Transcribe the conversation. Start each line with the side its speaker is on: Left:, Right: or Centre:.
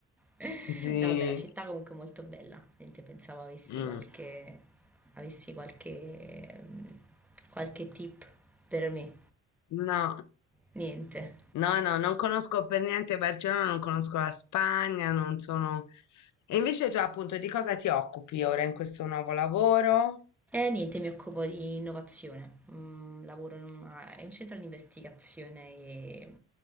Centre: No,
Left: Sì.
Centre: Vabbè, la città comunque è molto bella, niente, pensavo avessi
Left: Mm.
Centre: qualche, avessi qualche, ehm, qualche tip per me,
Left: No.
Centre: niente.
Left: No, no, non conosco per niente Barcellona, non conosco la Spagna, non sono... E invece tu appunto di cosa ti occupi ora in questo nuovo lavoro?
Centre: E niente, mi occupo di innovazione. Mm, lavoro in una- è un centro di investigazione e